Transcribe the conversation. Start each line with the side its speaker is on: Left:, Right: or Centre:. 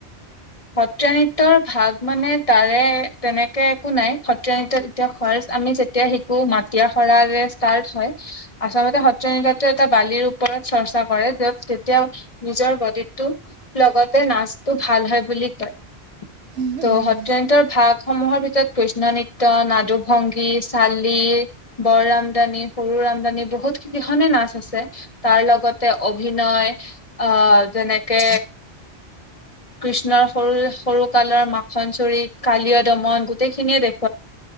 Left: সত্ৰীয়া নৃত্যৰ ভাগ মানে তাৰে তেনেকে একো নাই স ত্ৰীয়া নৃত্য তেতিয়া ফাৰ্ষ্ট আমি যেতিয়া শিকো মাটিয়া সৰাৰে ষ্টাৰট হয়। আচলতে সত্ৰীয়া নৃত্যটো এটা বালিৰ ওপ ওপৰত চৰ্চা কৰে, য'ত তেতিয়াও নিজৰ বডিটো লগতে নাচটো ভাল হয় বুলি কয়।
Right: উম, উম।
Left: ত'
Right: উম।
Left: সত্ৰীয়া নৃত্যৰ ভাগসমূহৰ ভিতৰত কৃষ্ণ নৃ ত্য, নাদুভংগী, চালি, বৰ আমদানি, সৰু আমদানি বহুত কিখনে নাচ আছে তাৰ লগতে অভিনয় অ যেনে কে কৃষ্ণ নৰ সৰু সৰু কালৰ মাখন চৰি, কালিয় দমন গোটেই খিনিয়ে দেখ